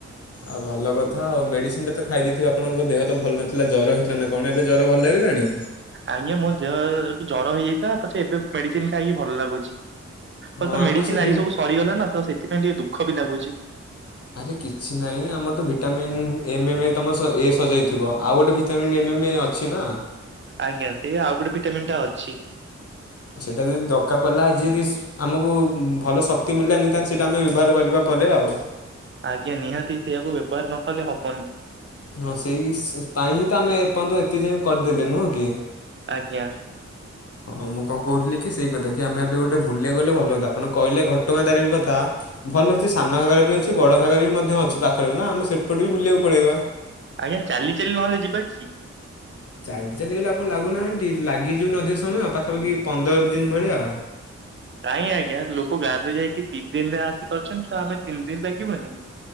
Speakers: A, on the left (about 55°); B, on the right (about 40°).
A: ଆଉ ଭଲ କଥା ଆଉ ମେଡିସିନ ଟା ତ ଖାଇ ଦେଇଥିବ ଆପଣଙ୍କ ଦେହ ତ ଭଲ ନଥିଲା ଜର ହେଇଥିଲା ନା କଣ ଏବେ ଜର ଭଲ ହେଇଗଲାଣି?
B: ଆଜ୍ଞା ମୋ ଦେହ ଜର ହେଇଯାଇଥିଲା ପଛେ ଏବେ ମେଡିସିନ ଖାଇକି ଭଲ ଲାଗୁଛି।
A: ହଁ
B: ତ
A: ଆପଣ
B: ମେଡିସିନ
A: ସେ ଭି
B: ଆଜି ସବୁ ସରିଗଲା ନା ତ ସେଥିପାଇଁ ଟିକେ ଦୁଃଖ ବି ଲାଗୁଛି
A: ଆରେ କିଛି ନାହିଁ ଆମର ତ ଭିଟାମିନ୍ ଏମ ଏମ୍ ଏ ତମ ଏ ସଜାଇଥିବ ଆଉ ଗୋଟେ ଭିଟାମିନ୍ ଏମ ଏମ୍ ଏ ଅ ଅଛି ନା
B: ଆଜ୍ଞା ସେ ଆଉ ଗୋଟେ ଭିଟାମିନ୍ ଟା ଅଛି।
A: ଆ ସେଇଟା ଯଦି ଦରକାର ପଡିଲା ଆଜି ଯଦି ଆମକୁ ଭଲ ଶକ୍ତି ମିଳିଲା ନିହାତି ଆମେ ସେଇଟା ଆମେ ବ୍ୟବହାର କରିବା ପରେ ଆଉ
B: ଆଜ୍ଞା ନିହାତି ସେଇଆକୁ ବ୍ୟବହାର ନ କଲେ ହବନି।
A: ହଁ ସେଇ ପାଇଁ ହିଁ ତ ଆମେ ଏପର୍ଯ୍ୟନ୍ତ ଏତିକି ଯାଏ କରିଦେଲେ ନୁହଁ କି?
B: ଆଜ୍ଞା।
A: ହଁ ମୁଁ କଣ କହୁଥିଲି କି ସେଇ କଥା କି ଆମେ ଏବେ ଗୋଟେ ବୁଲିବାକୁଗଲେ ଭଲ ହୁଆନ୍ତା ଆପଣ କହିଲେ ଘଟଗାଁ ତାରିଣୀ କଥା ଭଲ ଅଛି ସାନ ଘାଗାରା ବି ଅଛି ବଡ ଘାଗାରା ବି ମଧ୍ୟ ଅଛି ପାଖରେ ନା ଆମେ ସେପଟେ ବି ବୁଲିବାକୁ ପଳେଇବା।
B: ଆଜ୍ଞା ଚାଲି ଚାଲି ନହେଲେ ଯିବା କି?
A: ଚାଲି ଚାଲିଗଲେ ଆପଣ ଲାଗୁନାହାନ୍ତି ଲାଗିଯିବନି ଅଧିକ ସମୟ ଆଉ ପାଖାପାଖି ପନ୍ଦର ଦିନ ଭଳିଆ?
B: କାଇହିଁ ଆଜ୍ଞା ଲୋକ ଗାଁ ରେ ଯାଇକି ଦି ଦିନରେ ଆସି ପାରୁଛନ୍ତି ତ ଆମେ ତିନି ଦିନ ଲାଗିବନି